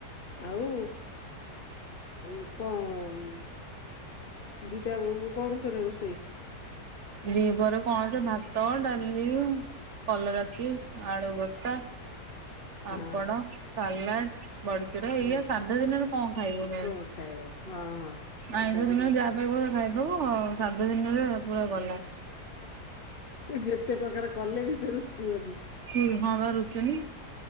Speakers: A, on the left; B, on the right.
A: ଆଉ ଆଉ କଣ ଦିଟା ବେଳକୁ କଣ ଫେରେ ରୋଷେଇ?
B: ଦିପହରେ କଣ ସେ ଭାତ, ଡାଲି କଲରା ଚିପ୍ସ, ଆଳୁ ଭର୍ତ୍ତା, ପାମ୍ପଡ଼,
A: ହଁ ହଁ
B: ସାଲାଟ ବଡ଼ିଚୁରା ଏଇଆ
A: ହଁ
B: ସାଧା ଦିନରେ କଣ ଖାଇବ ମେ
A: କଣ ଖାଇବ ହଁ ହଁ ସାଧା
B: ଆଇଁଷ
A: ଦିନରେ
B: ଦିନ ଯା ଆ ଖାଇବ ଖାଇଦବୁ ସାଧା ଦିନରେ ପୁରା ଗଲା।
A: ଯେତେ ପ୍ରକାର କଲେ ବି ସେ ରୁଚିବନି।
B: କି ହଁ ବା ରୁଚୁନି।